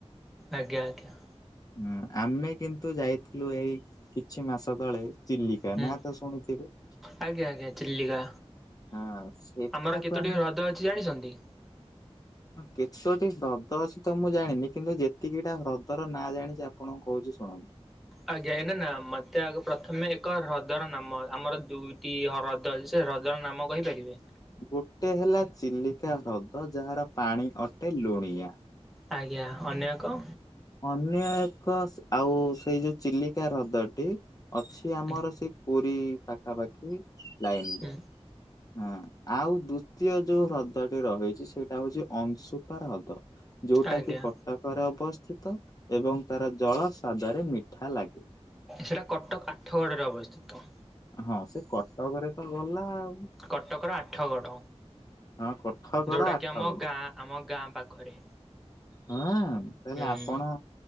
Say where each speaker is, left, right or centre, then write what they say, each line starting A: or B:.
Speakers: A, in the centre; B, on the left.
A: ଆଜ୍ଞା ଆଜ୍ଞା।
B: ହୁଁ ଆମେ କିନ୍ତୁ ଯାଇଥିଲୁ ଏଇ କିଛି ମାସ ତଳେ ଚିଲିକା
A: ହୁଁ
B: ନା ତ ଶୁଣିଥିବେ।
A: ଆଜ୍ଞା ଆଜ୍ଞା ଚିଲିକା।
B: ହଁ ସେଠାକୁ
A: ଆମର କେତୋଟି
B: ଆମେ
A: ହ୍ରଦ ଅଛି ଜାଣିଛନ୍ତି?
B: <inaudible> କେତୋଟି ହ୍ରଦ ଅଛି ତ ମୁଁ ଜାଣିନି। କିନ୍ତୁ ଯେତିକିଟା ହ୍ରଦର ନାଁ ଜାଣିଛି ଆପଣଙ୍କୁ କହୁଛି ଶୁଣନ୍ତ। <inaudible>
A: ଆଜ୍ଞା ନା ନା ମତେ ଆଗ ପ୍ରଥମେ ଏକ ହ୍ରଦର ନାମ ଆମର ଦୁଇଟି ହ୍ରଦ ଅଛି ସେ ହ୍ରଦର ନାମ କହିପାରିବେ?
B: ଗୋଟେ ହେଲା ଚିଲିକା ହ୍ରଦ ଯାହାର ପାଣି ଅଟେ ଲୁଣିଆ।
A: ଆଜ୍ଞା ଅନ୍ୟ ଏକ?
B: ଅନ୍ୟ ଏକ ଆଉ ସେଇ ଯୋଉ ଚିଲିକା ହ୍ରଦଟି ଅଛି
A: ହୁଁ
B: ଆମର ସେଇ ପୁରୀ ପାଖାପାଖି ଲାଇନରେ।
A: ହୁଁ
B: ହଁ ଆଉ ଦ୍ଵିତୀୟ ଯୋଉ ହ୍ରଦଟି ରହିଚି ସେଇଟା ହଉଚି ଅଂଶୁପା ହ୍ରଦ। ଯୋଉଟା
A: ଆଜ୍ଞା
B: କି କଟକରେ ଅବସ୍ଥିତ ଏବଂ ତାର ଜଳ ସ୍ୱାଦରେ ମିଠା ଲାଗେ।
A: ସେଟା କଟକ ଆଠଗଡରେ ଅବସ୍ଥିତ।
B: ହଁ ସେ କଟକରେ ତ ଗଲା ଆଉ।
A: କଟକର ଆଠଗଡ଼
B: ହଁ କଟକର
A: ଯୋଉଁଟା
B: ଆଠ
A: କିି ଆମ
B: ଗଣା।
A: ଗାଁ ଆମ ଗାଁ ପାଖରେ।
B: ହଁ ତାହେଲେ
A: ହୁଁ
B: ଆପଣ